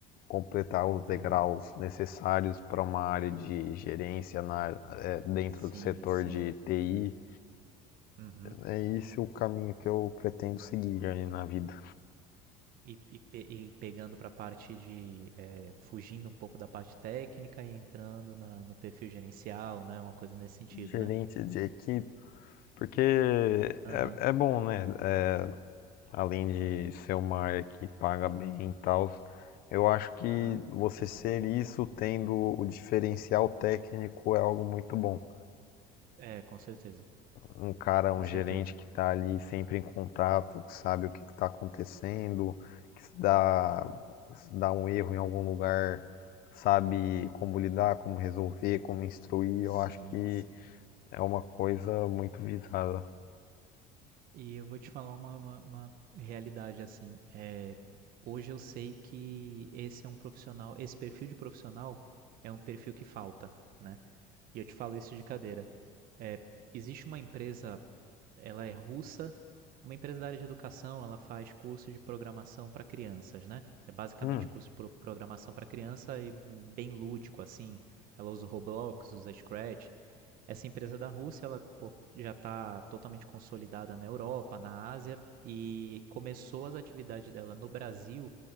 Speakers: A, on the left; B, on the right.
A: completar os degraus
B: Aham.
A: necessários para uma área de gerência na, é, dentro
B: Sim,
A: do setor
B: sim.
A: de TI.
B: Uhum.
A: É esse é o caminho que eu pretendo seguir aí na vida.
B: E, e pe- e pegando para a parte de, eh, fugindo um pouco da parte técnica e entrando na- no perfil gerencial, né? Uma coisa nesse sentido,
A: Gerente
B: né?
A: de equipe, porque
B: Aham,
A: é, é bom, né? É, além de ser uma área que paga bem e tal, eu acho que
B: aham.
A: você ser isso tendo o diferencial técnico é algo muito bom.
B: É, com certeza,
A: um cara,
B: com
A: um
B: certeza.
A: gerente que está ali sempre em contato, que sabe o que está acontecendo, que se dá,
B: Uhum.
A: se dá um erro em algum lugar, sabe como lidar, como resolver, como instruir.
B: Sim,
A: Eu acho que
B: sim.
A: é uma coisa muito visada.
B: E eu vou te falar uma, uma- uma realidade assim. é hoje eu sei que esse é um profissional, esse perfil de profissional é um perfil que falta, né? E eu te falo isso de cadeira. é existe uma empresa ela é russa, uma empresa da área de educação, ela faz cursos de programação para crianças, né? É basicamente
A: Hum,
B: curso de pro- programação para criança e bem lúdico, assim. Ela usa o Roblox, usa Scratch. Essa empresa da Rússia, ela pô, já está totalmente consolidada na Europa, na Ásia e começou as atividades dela no Brasil